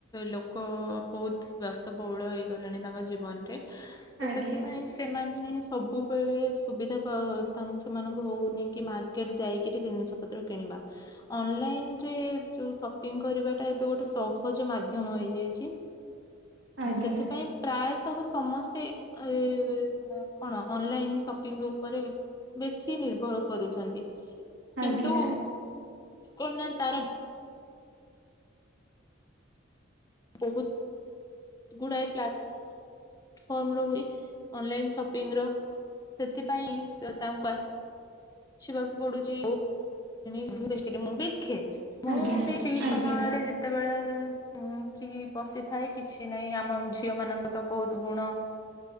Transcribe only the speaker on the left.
ଲୋକ ବହୁତ ବ୍ୟସ୍ତବହୁଳ ହେଇଗଲେଣି ତାଙ୍କ ଜୀବନରେ, ତ
ସେଥିପାଇଁ ସେ ସେମାନେ ସବୁବେଳେ ସୁବିଧା ପାଉ, ତାଙ୍କୁ ସେମାନଙ୍କୁ ହଉନି କି ମାର୍କେଟ ଯାଇକିରି ଜିନିଷପତ୍ର କିଣିବା। ଅନଲାଇନରେ, ଯୋଉ ସପିଙ୍ଗ କରିବାଟା ଏବେ ଗୋଟେ ସହଜ ମାଧ୍ୟମ ହେଇଯାଇଛି।
ସେଥିପାଇଁ ପ୍ରାୟ ତ ସମସ୍ତେ, ଏ କଣ ଅନଲାଇନ୍ ସପିଙ୍ଗ ଉପରେ ବେଶୀ ନିର୍ଭର କରୁଛନ୍ତି,
କିନ୍ତୁ କଣ ନା ତାର ବହୁତ ଗୁଡାଏ ପ୍ଲା ଫର୍ମର ହୁଏ ଅନଲାଇନ ସପିଙ୍ଗର ସେଥିପାଇଁ ତାଙ୍କୁ ପଡୁଚି <unintelligible> ଦେଖେ ମୁଁ
ବି ସେଇ ସମୟରେ
ଯେ ତେବେଳେ ଫ୍ରି ବସିଥାଏ, କିଛି ନାହିଁ ଆମ ଝିଅ ମାନଙ୍କୁ ତ ବହୁତ ଗୁଣ